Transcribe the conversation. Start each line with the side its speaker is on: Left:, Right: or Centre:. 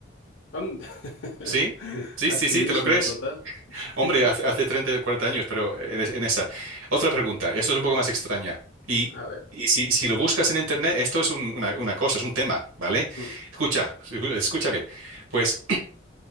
Left: And- <laughs> es
Right: ¿Sí? Sí,
Left: Activismo
Right: sí, sí, ¿te lo crees?
Left: total. <laughs>
Right: Hombre, hace, hace 30, 40 años, pero en, es- en esa. Otra pregunta, esto es un poco más extraña. Y,
Left: A ver.
Right: y si, si lo buscas en Internet, esto es un- una, una cosa, es un tema, ¿vale?
Left: Mm,
Right: Escucha, escu- escucha bien. Pues,